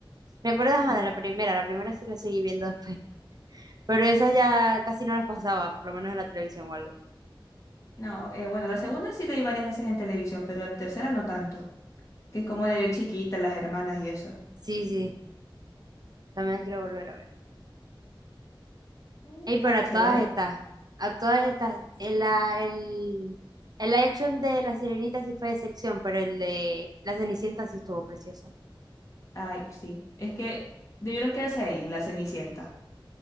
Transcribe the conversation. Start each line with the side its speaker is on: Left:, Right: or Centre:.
Right: Me acuerdo ajá,
Left: Sí.
Right: de la primera, la primera sí la seguí viendo después. Pero esas ya casi no las pasaba, por lo menos en la televisión o algo.
Left: No, eh, bueno, la segunda sí leí varias veces en televisión, pero la tercera no tanto, que es como de Ariel chiquita, las hermanas y eso.
Right: Sí, sí, también las quiero volver a ver.
Left: Mm,
Right: Ey,
Left: Estaría
Right: pero a
Left: chévere.
Right: todas estas, a todas estas, el, la- el, el live action de La Sirenita sí fue de sección, pero el de La Cenicienta sí estuvo precioso.
Left: Ay, sí, es que debieron quedarse ahí, en la Cenicienta.